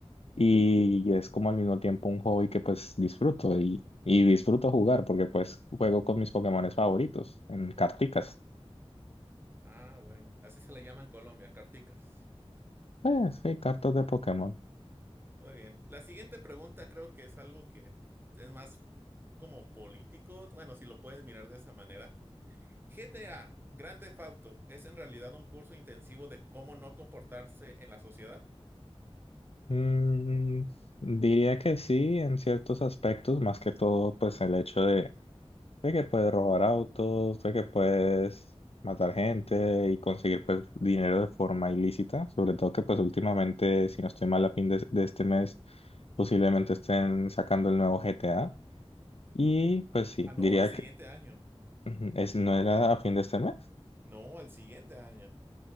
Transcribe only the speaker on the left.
y es como al mismo tiempo un hobby que pues disfruto y, y disfruto jugar porque pues juego con mis Pokémones favoritos en carticas.
Eh, sí, cartas de Pokémon.
Mm, diría que sí, en ciertos aspectos, más que todo, pues el hecho de, de que puedes robar autos, de que puedes matar gente y conseguir pues dinero de forma ilícita, sobre todo que pues últimamente, si no estoy mal, a fin de, de este mes, posiblemente estén sacando el nuevo GTA. Y pues sí,
diría
que
ujú, es, no era a fin de este mes.